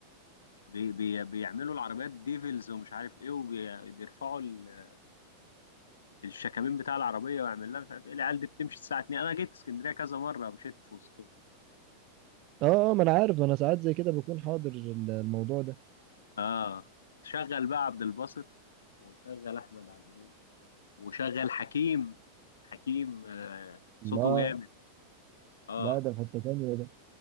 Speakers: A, on the left; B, on the right.
A: بي... بي... بيعملوا العربيات ديفلز ومش عارف ايه وبيرفعوا ال... الشكامين بتاع العربية ويعمل لها مش عارف ايه العيال دي بتمشي الساعة 2 انا جيت اسكندرية كذا مرة مشيت في وسطهم
B: اه اه ما انا عارف ما انا ساعات زي كده بكون حاضر ال- الموضوع ده
A: اه شغل بقى عبد الباسط وشغل احمد عدوية وشغل حكيم حكيم آه صوته
B: الله
A: جامد اه
B: لا ده في حتة تانية ده